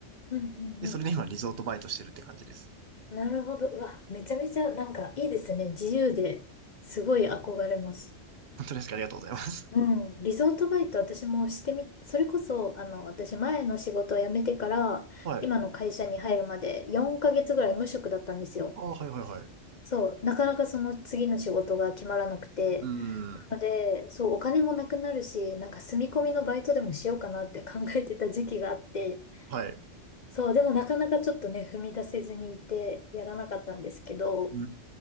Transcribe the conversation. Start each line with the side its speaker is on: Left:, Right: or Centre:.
Left: うんうんうん。
Right: で、それで今、リゾートバイトしてるって感じです。
Left: なるほど。うわ、めちゃめちゃなんかいいですね。自由で、すごい憧れます。
Right: 本当ですかありがとうございます。
Left: うん。リゾートバイト私もしてみ、それこそ、あの、私前の仕事を辞めてから、
Right: <laughs> はい。
Left: 今の会社に入るまで4ヶ月ぐらい無職だったんですよ。
Right: あ、はい、はい、はい。う
Left: そう。なかなかその次の仕事が決まらなくて。
Right: ーん。
Left: なので、そう、お金もなくなるし、なんか住み込みのバイトでもしようかなって考えてた時期があって、
Right: はい。
Left: そう、でもなかなかちょっとね、踏み出せずにいて、やらなかったんですけど、
Right: うー